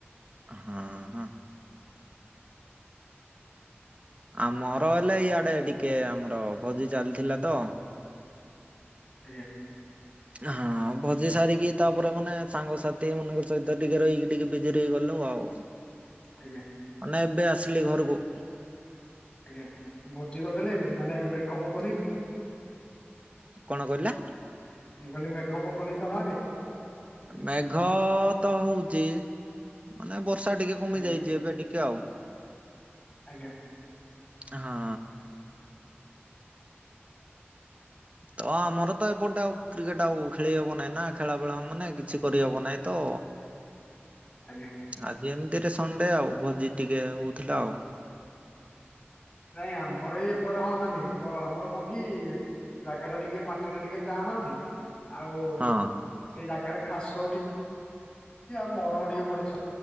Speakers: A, on the right; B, on the left.
A: ହଁ ହଁ ଆମର ହେଲା ଇଆଡେ ଟିକେ ଆମର ଭୋଜି ଚାଲିଥିଲା ତ
B: ଆଜ୍ଞା,
A: ହଁ ଭୋଜି ସାରିକି ତାପରେ ମାନେ ସାଙ୍ଗସାଥି ମାନଙ୍କ ସହିତ ଟିକେ ରହିକି ଟିକେ ବିଜି ରହିଗଲୂ ଆଉ
B: ଆଜ୍ଞା।
A: ନା, ଏବେ ଆସିଲି ଘରକୁ।
B: ଆଜ୍ଞା ଭୋଜି କରିଥିଲେ, ମାନେ ମେଘ ପକଉନିକି
A: କଣ କହିଲା?
B: ମୁଁ କହିଲି ମେଘ ପକଉନି ତମଆଡେ?
A: ମେଘ ତ ହଉଚି, ମାନେ ବର୍ଷା ଟିକେ କମି
B: ଆଜ୍ଞା
A: ଯାଇଛି ଏବେ ଟିକେ ଆଉ
B: ଆଜ୍ଞା
A: <inaudible> ହଁ।
B: <inaudible>
A: ତ ଆମର ତ ଏପଟେ ଆଉ କ୍ରିକେଟ ଆଉ ଖେଳି ହବ ନାହିଁ, ନା ଖେଳାବେେଳା ମାନେ କିଛି କରିହବ ନାହିଁ ତ
B: ଆଜ୍ଞା
A: ଆଜି ଏମିତିରେ ସଣ୍ଡେ ଆଉ, ଭୋଜି ଟିକେ ହଉଥିଲା ଆଉ
B: ନାଇଁ ଆମର ଇ ଏପଟେ ହୁଅନ୍ତାନି, ତ ଆମର କଣ କି ଜାଗା ଟା ଟିକେ ମାଟି ଟା ଟିକେ ଟାଣଅଛି, ଆଉ
A: ହଁ
B: ସେଇ ଜାଗାରେ ଘାସ ଉଠି ଆଉ ମରମ ଟିକେ ପଡିଚି